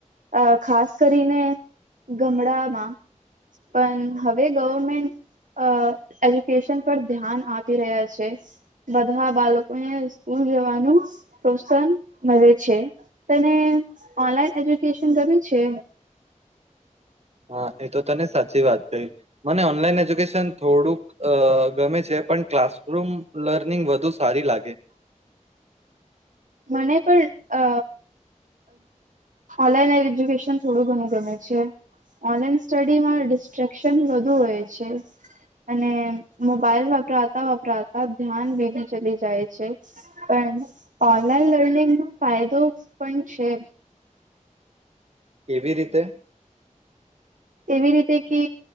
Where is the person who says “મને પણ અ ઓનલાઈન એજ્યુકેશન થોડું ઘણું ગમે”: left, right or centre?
Right